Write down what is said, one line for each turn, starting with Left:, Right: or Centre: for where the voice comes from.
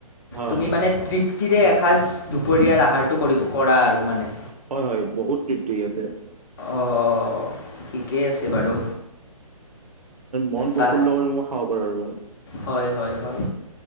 Right: হা
Left: তুমি মানে তৃপ্তিৰে এসাঁজ দুপৰীয়াৰ আহাৰটো কৰিব কৰা আৰু মানে।
Right: হয়, হয়, বহুত তৃপ্তি ইয়াতে।
Left: অঁ ঠিকেই আছে বাৰু।
Right: মন
Left: বা
Right: প্ৰফুল্ল কৰি মই খাব পাৰো আৰু
Left: হয়, হয়, হয়।